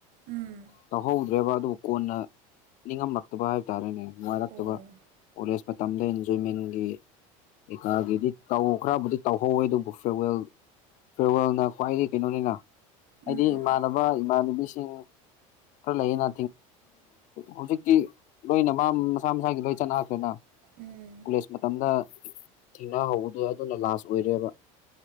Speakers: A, on the right; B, on the left.
A: ꯎꯝ
B: ꯇꯧꯍꯧꯗ꯭ꯔꯦꯕ ꯑꯗꯨꯕꯨ ꯀꯣꯟꯅ ꯅꯤꯡꯉꯝꯂꯛꯇꯕ ꯍꯥꯏꯕ ꯇꯥꯔꯦꯅꯦ ꯅꯨꯡꯉꯥꯏꯔꯛꯇꯕ
A: ꯑꯣ
B: ꯀꯣꯂꯦꯖ ꯃꯇꯝꯗ ꯏꯟꯖꯣꯏꯃꯦꯟꯒꯤ ꯀꯩꯀꯥꯒꯤꯗꯤ ꯇꯧ ꯈꯔꯕꯨꯗꯤ ꯇꯧꯍꯧꯋꯦ ꯑꯗꯨꯕꯨ ꯐꯤꯔꯋꯦꯜ ꯐꯦꯜꯋꯥꯜꯅ ꯈ꯭ꯋꯥꯏꯗꯒꯤ ꯀꯩꯅꯣꯅꯤꯅ ꯍꯥꯏꯗꯤ
A: ꯎꯝ
B: ꯏꯃꯥꯟꯅꯕ ꯏꯃꯥꯟꯅꯕꯤꯁꯤꯡ ꯈꯔ ꯂꯩꯌꯦꯅ ꯍꯧꯖꯤꯛꯇꯤ ꯂꯣꯏꯅ ꯃꯁꯥ ꯃꯁꯥꯒꯤ ꯂꯣꯏ ꯆꯠꯅꯈ꯭ꯔꯦꯅ
A: ꯎꯝ
B: ꯀꯣꯂꯦꯖ ꯃꯇꯝꯗ ꯊꯦꯡꯅꯍꯧꯕꯗꯨ ꯑꯗꯨꯅ ꯂꯥꯁ ꯑꯣꯏꯔꯦꯕ